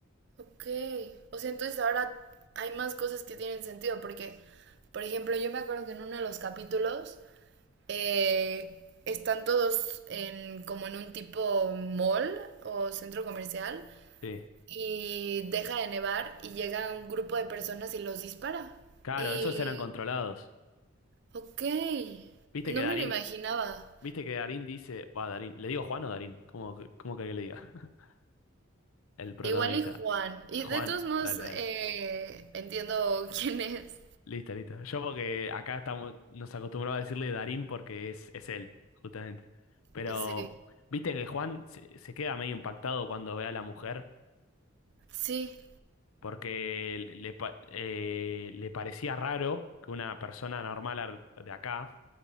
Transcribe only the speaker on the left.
Sí.
Claro,
esos eran controlados.
Viste
que Darín,
Viste que Darín dice, va, Darín, ¿le digo Juan o Darín? ¿Cómo, que- cómo querés que le diga? <laughs> El protagonista.
Juan,
dale, dale.
Listo, listo. Yo porque acá estamos, nos acostumbramos a decirle Darín porque es, es él, justamente. Pero,
viste que Juan se, se queda medio impactado cuando ve a la mujer
porque le, le pa- eh, le parecía raro que una persona normal ar- de acá